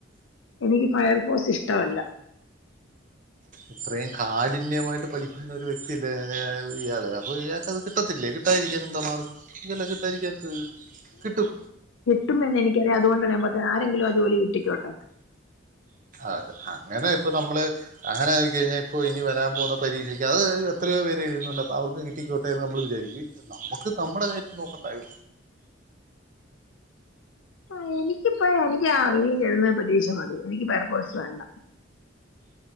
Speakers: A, on the left; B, on the right.
A: എനിക്ക് ഫയർഫോഴ്സ് ഇഷ്ടമല്ല
B: ഇത്രയും കാഠിന്യമായിട്ട് പഠിക്കുന്നൊ ഒരു വ്യക്തിയല്ലേ ഇയാള് അപ്പൊ ഇയാൾക്ക്ത് കിട്ടത്തില്ലേ കിട്ടായിരിക്കാന് എന്താ മാർഗ്ഗം ഇതെല്ലാം കിട്ടാരിക്കാതത്ത് കിട്ടും
A: കട്ടുമെന്ന് എനിക്കറിയ അതുകൊണ്ടാണമ്പേ ആരെങ്കിലും ആഹ് ചോലി കിട്ടിക്കോട്ടെ
B: അതെ അങ്ങനെ ഇപ്പൊ നമ്മള് അങ്ങനെ നോക്കി കഴിഞ്ഞാൽ ഇപ്പോ ഇനി വരാൻ പോുന്ന പരീക്ഷയ്ക്ക് അത് എത്രയോ പേര് എഴുതുന്നുണ്ട് അപ അവർക്ക് കിട്ടിക്കോട്ട നമ്മൾ വിചാരിക്കും നമ്മക്ക് നമ്മ കാര്യം നോക്കണ്ടായോ
A: ആഹ് എനിക്കിപ്പ എനിക്ക് ഇനി <unintelligible> പ്രതീക്ഷ മതി എനിക്ക് വേറെ കോയിസ് വേണ്ട